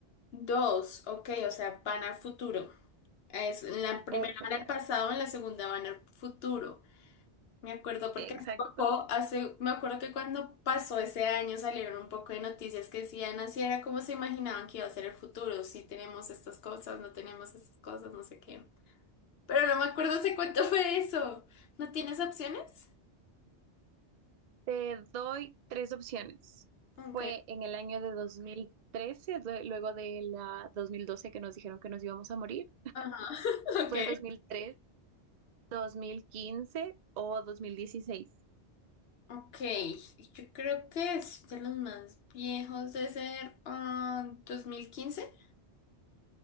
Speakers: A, on the left; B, on the right.
A: Dos, ok, o sea, van al futuro. Es, en la primera
B: Exactamente.
A: van al pasado, en la segunda van al futuro. Me acuerdo porque
B: Exacto.
A: hace poco, hace, me acuerdo que cuando pasó ese año salieron un poco de noticias que decían así era como se imaginaban que iba a ser el futuro, si tenemos estas cosas, no tenemos estas cosas, no sé qué. Pero no me acuerdo hace cuánto <laughs> fue eso. ¿No tienes opciones?
B: Te doy tres opciones. Fue
A: Ok.
B: en el año de 2013, due- luego de la 2012 que nos dijeron que nos íbamos a morir.
A: Ajá. <laughs> Ok.
B: Fue en dos dos mil tres, dos mil quince o 2016.
A: Ok. Yo creo que es de los más viejos de ser ah, 2015.